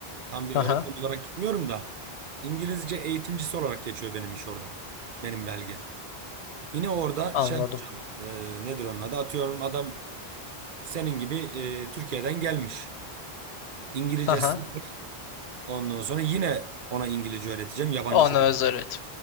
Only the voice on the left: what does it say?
Haha
anladım.
Haha
ona
özel evet.